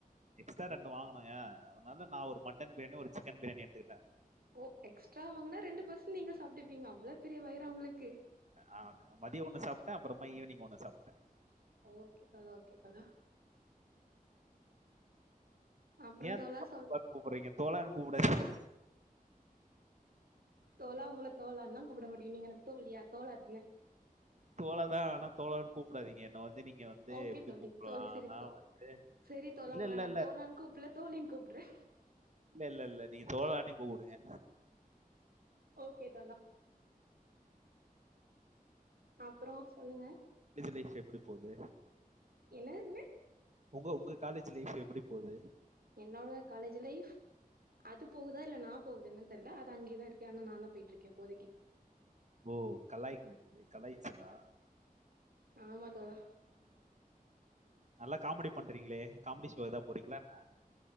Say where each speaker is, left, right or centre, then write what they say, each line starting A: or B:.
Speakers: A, on the right; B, on the right.
A: எக்ஸ்டா ரெண்டு வாங்குனோங்க அதுனாலதா நா ஒரு மட்டன் பிரியாணி ஒரு சிக்கன் பிரியாணி எடுத்துகிட்ட
B: ஓ எக்ஸ்ட்ரா வாங்குனா ரெண்டு பர்ஸ் நீங்க சாப்டுப்பீங்க அவ்ள பெரிய வயிரா ஒங்குளுக்கு
A: அ அ மதிய ஒன்னு சாப்ட்டா அப்றமா ஈவினிங் ஒன்னு சாப்ட்டே
B: ஓகே தோழா ஓகே தோழா அப்புறோ
A: ஏ
B: தோழா சொல்
A: <inaudible> கூப்புறீங்க தோழான் கூப்டாதிங்க
B: தோழா ஒங்கள தோழான்தா கூப்ட முடியு நீங்க என்ன தோழியா தோழா தானே
A: தோழாதா ஆனா தோழான் கூப்டாதீங்க என்ன வந்து நீங்க வந்து
B: ஓகே
A: எப்டி
B: தோழி
A: கூப்புலான்னா
B: தோழி சரி சோ
A: வந்து
B: சரி தோழா
A: இல்லல்ல
B: உங்கள நா தோழான்னு
A: <inaudible>
B: கூப்பிடல தோழின்னு கூப்பிடுறே
A: இல்லல்ல நீங்க தோழானே கூப்புடுங்க
B: ஓகே தோழா அப்றோ சொல்லுங்க
A: ஜி லைஃப் எப்பிடி போது
B: என்ன என்ன
A: ஒங்க ஒங்க காலேஜி லைஃப் எப்டி போது
B: என்னாங்க காலேஜ் லைஃப் அது போகுதா இல்ல நா போகுதுனு தெர்ல அது அங்கேதா இருக்கு ஆனா நா தா பொயிட்ருக்கே இப்போதிக்கி
A: ஓ கலாய் <inaudible> கலாய்ச்சதா
B: ஆமா தோழா
A: நல்லா காமெடி பண்றீங்ளே காமெடி சோ எதா போறீங்ளா என்ன